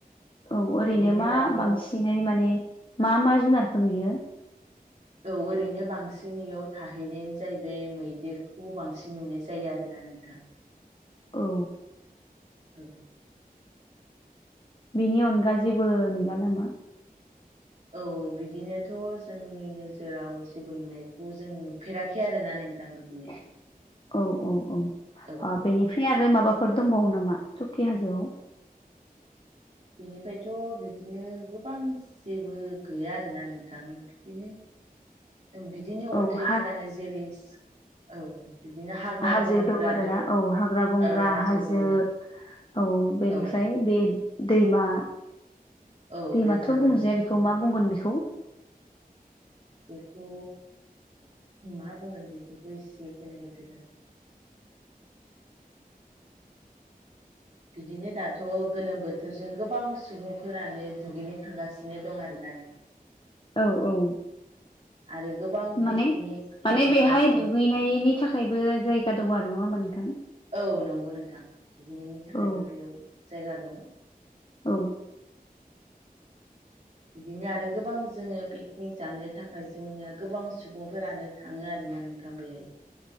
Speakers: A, on the left; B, on the right.
A: औ ओरैनो
B: बिदिनो
A: मा
B: दाथ' औ
A: बांसिनै माने मा मा जुनारखौ नुयो?
B: औ ओरैनो बांसिन इयाव थाहैनायानो जाहैबाय मैदेरखौ बांसिन नुनाय जायो आरोना नोंथां।
A: औ।
B: औ
A: बिनि अनगा जेबो नुला नामा?
B: औ बिदिनोथ' जोंनि नोजोराव जेबो नुनायखौ जों नुफेरा <unintelligible> आरोना नोंथां बिदिनो
A: <inaudible> औ औ औ
B: औ
A: ओ बेनिफ्राय आरो माबाफोर दंबावो नामा सुकि हाजोआव।
B: बिनिफ्रायथ' बिदिनो गोबां जेबो गैया आरोना नोंथां बिदिनो बिदिनो
A: औ
B: अन्थाइफोरानो
A: हा
B: जेरै औ बिदिनो हाग्रा
A: हाजो
B: बंग्रा
A: दं आरो ना औ हाग्रा बंग्रा
B: ओ
A: हाजो।
B: दं
A: औ बेनिफ्राय
B: औ
A: बे दैमा,
B: औ
A: दैमाथ'
B: दैमा दं
A: बुंजाया बेखौ मा बुंगोन बेखौ?
B: बेखौ मा बुंगोन बेखौथ' एसे गोनो गोथो जा बिदिनो दाथ' गोलोम बोथोरजों गोबां सुबुंफोरानो दुगैनो थांगासिनो दं आरोना नों
A: औ औ
B: आरो गोबां
A: माने
B: पिकनिक
A: माने
B: जानाय
A: बेहाय दुगैनायनि थाखायबो जायगा दङ' आरो नङा होमा नोंथां?
B: औ नंगौ नोंथां दुगैनायनि थाखायबो
A: औ
B: बेयाव जायगा दं।
A: औ
B: बिदिनो आरो गोबां जोङो पिकनिक जानो थाखाय जोंनिया गोबां सुबुंफोरानो थाङो आरोना नोंथां बेहाय।